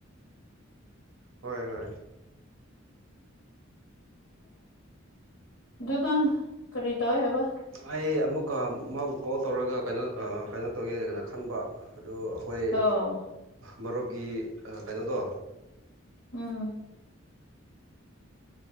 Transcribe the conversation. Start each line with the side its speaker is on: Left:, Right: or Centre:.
Right: ꯍꯣꯏ ꯍꯣꯏ
Left: ꯑꯗꯨꯗꯥ ꯀꯔꯤ ꯇꯧꯋꯦ ꯍꯥꯏꯕ
Right: ꯑꯩ ꯑꯃꯨꯛꯀ ꯃꯥꯕꯨ ꯀꯣꯜ ꯇꯧꯔꯒ ꯀꯩꯅꯣ ꯀꯩꯅꯣ ꯇꯧꯒꯦꯅ ꯈꯟꯕ ꯑꯣ ꯑꯩꯈꯣꯏ
Left: ꯑꯧ
Right: ꯃꯔꯨꯞꯀꯤ ꯀꯩꯅꯣꯗꯣ
Left: ꯎꯝ